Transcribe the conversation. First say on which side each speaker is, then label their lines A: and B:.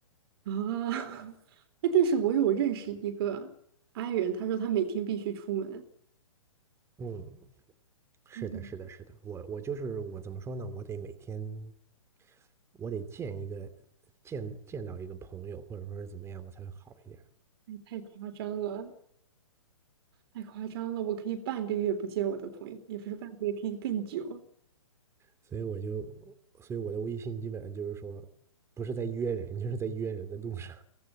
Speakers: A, on the right (about 45°); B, on the right (about 15°).
A: 啊？<laughs> 哎，但是我有认识一个 i 人，他说他每天必须出门，
B: 嗯，是的，
A: 但是
B: 是的，是的，我我就是我怎么说呢？我得每天，我得见一个见见到一个朋友，或者说是怎么样，我才会好一点儿
A: 哎太夸张了，太夸张了，我可以半个月不见我的朋友，也不是半个月，可以更久，
B: 所以我就，所以我的微信基本上就是说，不是在约人，<laughs> 就是在约人的路上。